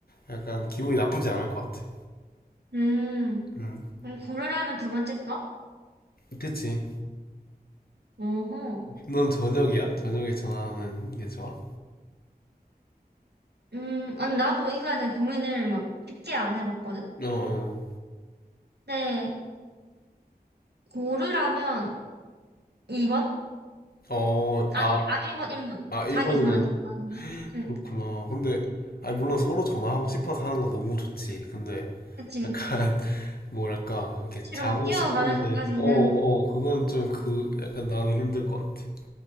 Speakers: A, on the left; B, on the right.
A: 약간 기분이 나쁘지 않을 것 같아.
B: 음,
A: 음,
B: 그럼 고르라면 두 번째 거?
A: 그치.
B: 어허.
A: 넌 저녁이야? 저녁에 전화하는 게 좋아?
B: 음, 아니, 나도 이거에 대해 고민을 막 깊게 안 해봤거든?
A: 어,
B: 근데, 고르라면 2번?
A: 어, 어,
B: 아,
A: 아,
B: 1, 아, 일번 1번.
A: 아, 1번이면
B: 자기 전에 다 가는 거? 응,
A: 그렇구나. 근데, 아니, 물론 서로 전화하고 싶어서 하는 건 너무 좋지. 근데,
B: 그치, 그치.
A: 약간, <laughs> 뭐랄까, 이렇게
B: 고치로
A: 자고
B: 막뛰워가면서까지는
A: 싶은데, 어, 어, 그건 좀 그, 약간 나는 힘들 것 같아.